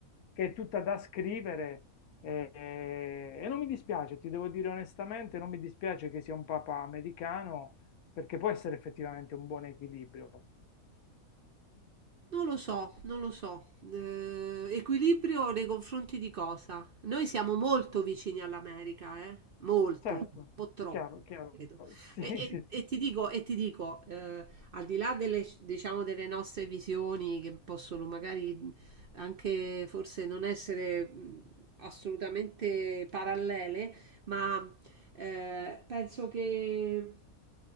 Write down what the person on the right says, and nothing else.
Non lo so, non lo so. Eh, equilibrio nei confronti di cosa? Noi siamo molto vicini all'America, eh? Molto,
un po' troppo,
credo.
E, e-
e ti dico, e ti dico eh, al di là delle, diciamo, delle nostre visioni che possono magari anche forse non essere mh, assolutamente parallele, ma eh, penso che,